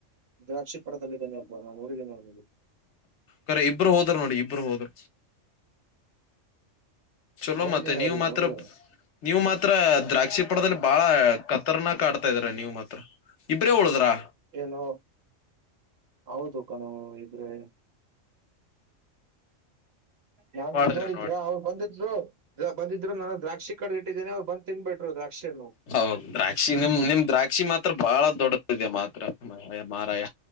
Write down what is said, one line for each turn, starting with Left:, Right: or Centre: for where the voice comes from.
Right: ದ್ರಾಕ್ಷಿಪರದದಲ್ಲಿ ಇದಿದ್ದೇೆ ಹಬ್ಬ ನಾೂರು ದಿನ ನನಗೆ <unintelligible>
Left: ಕರೆ ಇಬ್ರು ಹೋದರು ನೋಡಿ ಇಬ್ಬರು ಹೋದ್ರ ಚಲೋ
Right: ನೋಡಿದ್ದೇನೆ
Left: ಮತ್ತೆ ನೀವು
Right: ಅವರಿಗೆ
Left: ಮಾತ್ರ
Right: ನೋಡಿದ್ದೇನೆ
Left: ನೀವು್ ಮಾತ್ರ ದ್ರಾಕ್ಷಿ ಪಟದಲ್ಲಿ ಬಾಳ ಕತ್ತರ್ನ ಕಡ್ತಾ ಇದ್ರ ನೀವು್ ಮಾತ್ರ ಇಬ್ರೇ ಉಳದ್ರಾ
Right: ಏನೋ ಹೌದು ಕಣೋ ಇದ್ರೆ ಯನ್
Left: ಮಾಡಿದ್ರಿ
Right: ನೋಡಿದ್ರ
Left: ನೋಡಿ
Right: ಅವ್ರು ಬಂದಿದ್ರು ಬಂದಿದ್ರು ನಾನು ದ್ರಾಕ್ಷಿ ಕಡೆ ಇಟ್ಟಿದ್ದೀೇನೆ ಅವರು ಬಂದ್ ತಿನ್ಬ ಬಿಟ್ರು ದ್ರಾಕ್ಷಿಯನ್ನು
Left: ಹೌದು ದ್ರಾಕ್ಷಿ ನಿಮ ನಿಮ್ ದ್ರಾಕ್ಷಿ ಮಾತ್ರ ಬಹಳ ದೊಡ್ಡದಿದೆ ಮಾತ್ರ ಮ ಮಾರಾಯ